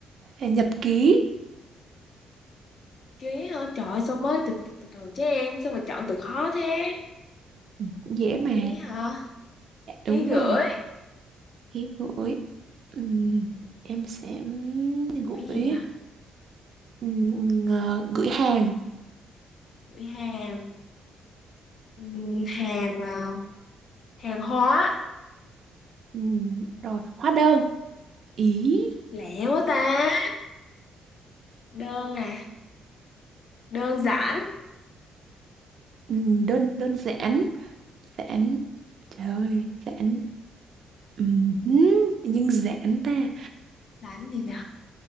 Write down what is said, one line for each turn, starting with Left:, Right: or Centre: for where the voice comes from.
Right: À, Nhật ký,
Left: ký hả? Trời ơi, sao mới từ từ, từ chứ em, sao mà chọn từ khó thế?
Right: cũng dễ mà.
Left: Ký hả?
Right: Dạ, đúng
Left: Ký gửi.
Right: rồi, ký gửi. Ừm, em sẽ
Left: Gửi
Right: gửi
Left: gì nhỉ?
Right: ừm, ngờ- gửi hàng.
Left: Gửi hàng. Ừ, hàng mà hàng hóa.
Right: Ừm, rồi, hóa đơn. Ý,
Left: Lẹ quá ta. Đơn à, đơn giản.
Right: ừm, đơn đơn giản. Giãn Trời ơi Giãn Ừm, Tự nhiên giãn ta
Left: Giản gì nhỉ?